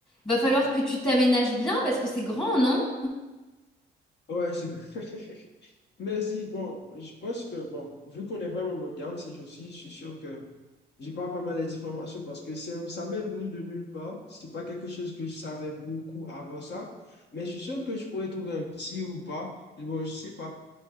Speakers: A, on the left (about 25°); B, on the left (about 60°).
A: Va falloir que tu t'aménages bien parce que c'est grand, non?
B: Ouais, c'est <laughs> Mais si, bon, je pense que, bon, vu qu'on est vraiment moderne ces jours-ci, je suis sûr que j'ai pas vraiment les informations parce que c'est- ça m'est venu de nulle part. C'est pas quelque chose que je savais beaucoup avant ça. Mais je suis sûr que je pourrais trouver un petit ou pas. Bon, je sais pas.